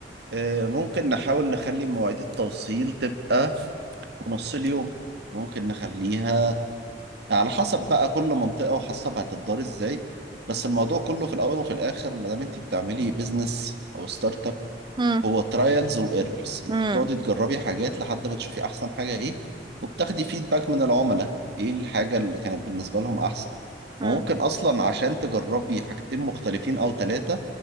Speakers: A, on the right; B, on the right.
A: آه، ممكن نحاول نخلي مواعيد التوصيل تبقى في نص اليوم ممكن نخليها على حسب بقى كل منطقة وحسب هتدار ازاي بس الموضوع كله في الأول وفي الآخر ما دام انت بتعملي بيزنس أو ستارت
B: مم.
A: هو ترايلز وايرورز انت
B: مم.
A: بتقعدي تجربي حاجات لحد ما تشوفي احسن حاجه ايه وبتاخدي فيدباك من العملاء ايه الحاجه اللي كانت بالنسبه لهم احسن
B: مم.
A: وممكن اصلا عشان تجربي حاجتين مختلفين او ثلاثه